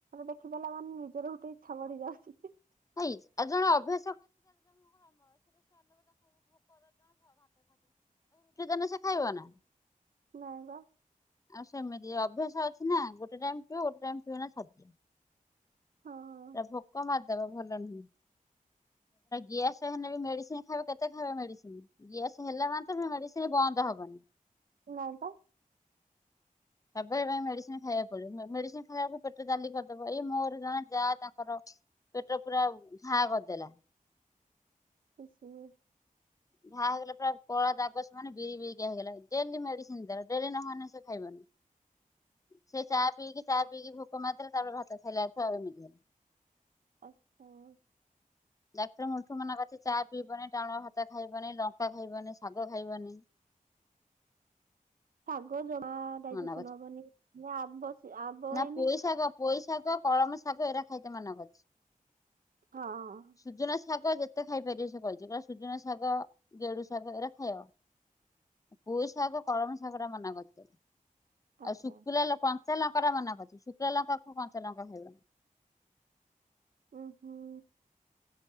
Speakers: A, on the right; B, on the left.
A: ଦେଖି ଦେଲା ମା ନିଜର ଗୋଟେ <inaudible>
B: <inaudible> ତାକୁ ରୁଟି ଦେନେ ସେ ଖାଇବ ନା।
A: <inaudible>
B: ଆଉ ସେମିତି ଅଭ୍ୟାସ ଅଛି ନା, ଗୋଟେ ଟାଇମ୍ ପିଅ ଗୋଟେ ଟାଇମ୍ ପିଅନା ଦିଅ।
A: ହଁ
B: ଭୋକ ମାର୍ ଦବ, ଭଲ ନୁହେଁ। ଗିଆସ ମେଡ଼ିସି ଖାଇବ, କେତେ ଖାଇବ ମେଡ଼ିସି? ଗ୍ୟାସ ହେଲା ମେଡ଼ିସି ବନ୍ଦ ହବନି।
A: <inaudible>
B: ସବ୍ ବେଳେ ପାଇଁ ମେଡ଼ିସିନ୍‌ ଖାଇବାକୁ ପଡ଼ିବ, ମେଡ଼ିସିନ୍‌ ଖାଇବାକୁ ପେଟ ଜାଲି କର୍ ଦବ। ଏଇ ମୋର ଜା ତାଙ୍କର ପେଟ ପୁରା ଘା କର୍ ଦେଲା।
A: <inaudible>
B: ଘା ହେଇଗଲା, ପୁରା କଳା ଦାଗ ସେ ମାନେ ବିରି ବିରିିକିଆ ହେଇଗଲା, ଡ଼େଲି ମେଡିସିନ ଦେଲା ଡ଼େ ନହେନେ ସେ ଖାଇବନି।
A: <inaudible>
B: ସେଇ ଚା ପିଇକି ଚା ପିଇକି ଭୋକ ମାର୍ ଦେଲା, ତା'ପରେ ଭାତ ଖାଇଲା।
A: <inaudible>
B: ଦାକ୍ତର୍ ମୁଳ୍ଠୁ ମନା କର୍ଚି ଚା ପିଇବନି, ଟାଣୁଆ ଭାତ ଖାଇବନି, ଲଙ୍କା ଖାଇବନି, ଶାଗ ଖାଇବନି।
A: <unintelligible>
B: ମନା କରିଛି। ନା ପୋଇ ଶାଗ ପୋଇ ଶାଗ, କଳମା ଶାଗ ଏରା ଖାଇତେ ମନା କର୍ଚି।
A: ହଁ!
B: ସୁଜୁନା ଶାଗ ଯେତେ ଖାଇପାରିବ ସେ କଇଚି, ସୁଜୁନା ଶାଗ ଗେଡୁ ଶାଗ ଏରା ଖାଇଅ। ପୁଇ ଶାଗ, କଳମା ଶାଗ ରା ମନା କରି
A: ଆଚ୍ଛା
B: ଆଉ ଶୁକିଲା କଞ୍ଚା ଲଙ୍କାଟା ମନା କର୍ଚି, ଶୁକିଲା ଲଙ୍କା କଞ୍ଚା ଲଙ୍କା ଖାଇବନି।
A: <inaudible>